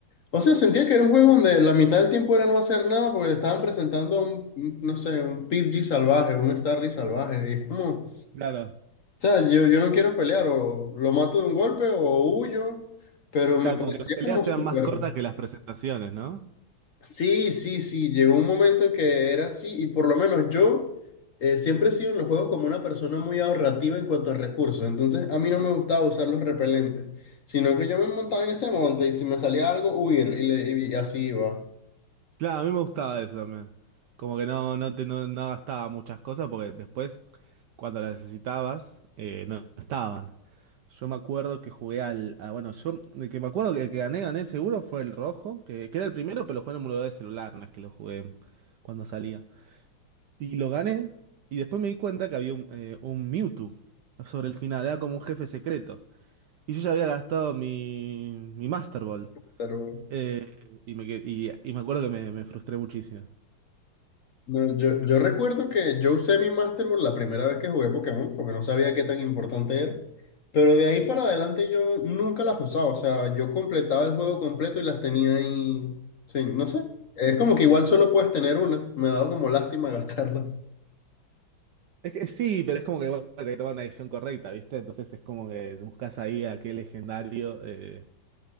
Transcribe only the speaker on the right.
Claro.
Claro,
como que las peleas
sean
más cortas que las presentaciones, ¿no?
Claro, a mí me gustaba eso también. Como que no, no te, no, no gastaba muchas cosas porque después, cuando las necesitabas, eh, no estaban. Yo me acuerdo que jugué al. a- bueno, yo. El que me acuerdo que el que gané, gané seguro fue el rojo, que, que era el primero, pero lo jugué en un emulador de celular, no es que lo jugué cuando salía. Y lo gané, y después me di cuenta que había un, eh, un Mewtwo sobre el final, era como un jefe secreto. Y yo ya había gastado mi, mi Master Ball.
Eh, y, me, que- y, y me acuerdo que me, me frustré muchísimo.
Es que sí, pero es como que bueno, hay que tomar una decisión correcta, ¿viste? Entonces es como que buscas ahí a qué legendario, eh,